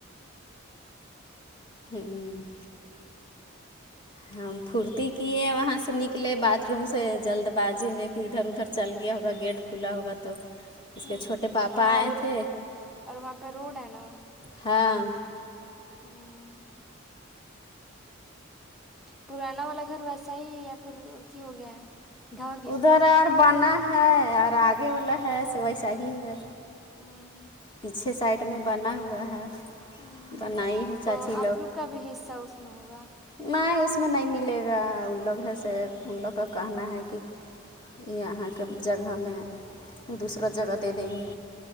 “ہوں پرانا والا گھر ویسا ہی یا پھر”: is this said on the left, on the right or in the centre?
Centre